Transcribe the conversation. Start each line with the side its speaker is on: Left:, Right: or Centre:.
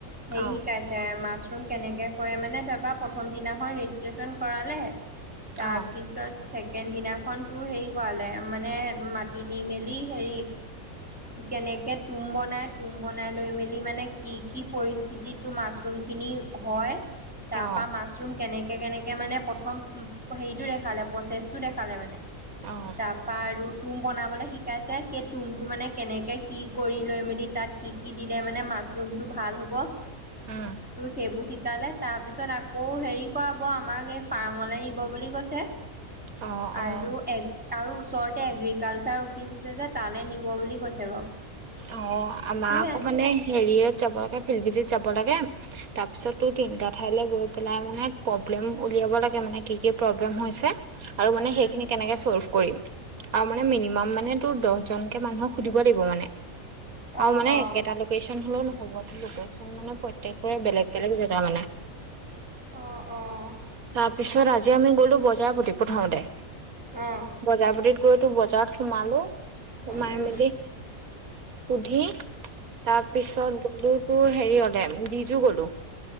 Centre: হেৰি
Right: অ',
Centre: শিকাইছে মাছৰুম কেনেকে কৰে মানে তাৰপা প্ৰথম দিনাখন ৰেজিষ্ট্ৰেশ্যন কৰালে তাৰপিছত
Right: অ',
Centre: ছেকেণ্ড দিনাখনতোৰ হেৰি কৰালে মানে মাতি নি মেলি হেৰি কেনেকৈ তুম বনাই তুম বনাই লৈ মেলি মানে কি কি পৰিস্থিতিটো মাছৰুমখিনি হয় তাৰপা
Right: অ',
Centre: মাছৰুম কেনেকে কেনেকে মানে প্ৰথম হেৰিটো দেখালে প্ৰচেছটো দেখালে মানে
Right: অ',
Centre: তাৰপা আৰু তুম বনাবলৈ শিকাইছে সেই তুমটো মানে কেনেকৈ কি কৰি লৈ মেলি তাত কি কি দিলে মানে ম মাছৰুমতো ভাল হব
Right: উম,
Centre: সেইবোৰ শিকালে তাৰপিছ অ হেৰি কৰাব আমাক এই ফাৰ্মলে নিব বুলি কৈছে
Right: অ',
Centre: আৰু
Right: অ'।
Centre: আৰু ওচৰতে এগ্ৰিকালচাৰ অফিচ আছে যে তালৈ নিব বুলি কৈছে বাৰু
Right: অ আমাৰ
Centre: সেয়াই
Right: আকৌ মানে হেৰিয়ত যাব লাগে ভিজি যাব লাগে তাৰ পিছতো তিনটা ঠাইলৈ গৈ পেলাই মানে প্ৰব্লেম উলিয়াব লাগে মানে কি কি কি কি প্ৰব্লেম আৰু
Centre: উম।
Right: সেইখিনি কেনেকে ছল্ফ কৰিম আৰু মানে মিনিমাম মানে তোৰ দহ এজনকে মানুহক সুধিব লাগিব মানে
Centre: অ',
Right: আৰু মানে
Centre: অ',
Right: একেটা লোকেশন হলেও নহব মানে প্ৰত্যেকৰে বেলেগ বেলেগ জেগা মানে
Centre: অ', অ', অ',
Right: তাৰ পিছত আজি আমি গলো বজাৰ প্ৰতি প্ৰথমতে
Centre: অ', অ',
Right: বজাৰপতিত গৈ তোৰ বজাৰত সোমালো সোমাই
Centre: উম,
Right: মেলি সুধি তাৰ পিছত গলো তোৰ হেৰি হেৰি হলে ডিজু গলো